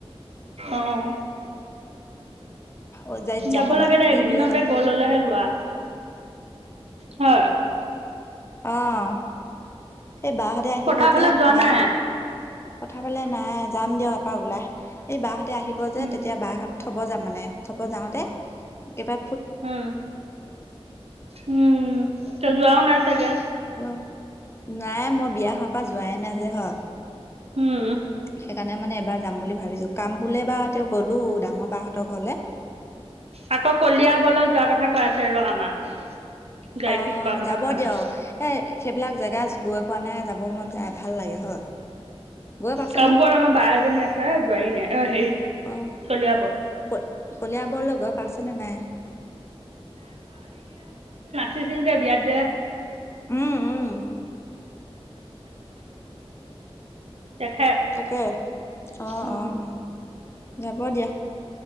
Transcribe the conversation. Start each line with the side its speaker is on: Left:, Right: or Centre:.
Right: অ'।
Left: ঔজাইত যাম
Right: যাব
Left: মানে
Right: লাগে দে
Left: ফুৰিবলৈ
Right: এইকেইদিনতে
Left: যাম।
Right: গৈ ললেহে লোৱা। হয়।
Left: আহ এই বাহঁতে আহিব
Right: পথাৰ ফালে
Left: যে
Right: যোৱা
Left: বা।
Right: নাই
Left: পথা পালে নাই যাম দিয়ক এপাৰ ওলাহ এই বাহঁহতে আহিব যে
Right: উম
Left: তেতিয়া বাহঁত থব যাম মানে। থব যাওঁতে কিবা
Right: উম, উম ত যোৱাও নাই চাগে।
Left: অ', নাই মই বিয়া হোৱা পৰা যোৱাই নাই যে হয়।
Right: উম
Left: সেইকাৰণে মানে এবাৰ যাম বুলি ভাবিছো। কাম বুলে বা তেওঁ গ'লো ডাঙৰ বাহঁতৰ ঘৰলে।
Right: আকৌ কলিয়াবলত যোৱাৰ কথা কৈ আছে ৰ' আমাৰ। গাড়ী
Left: অ',
Right: ঠিক কৰা কথা
Left: যাব
Right: কোৱা আছে
Left: দিয়ক এ সেইবিলাক জেগাত গৈ পোৱা নাই যাব মন যায় ভাল লাগে হয়, হয়। গৈ পাইছানে?
Right: কামপুৰত আমাৰ বা এজনী আছে যোৱোৱাৰী নাই অ' হেৰিত
Left: অ
Right: চলিয়াবৰ।
Left: ক কলিয়াবৰলৈ গৈ পাইছনে নাই।
Right: দিছিল যে বিয়াত যে।
Left: উম, উম।
Right: অ'। তেখেত
Left: তাকে অ',
Right: উম
Left: অ', অ', যাব দিয়া।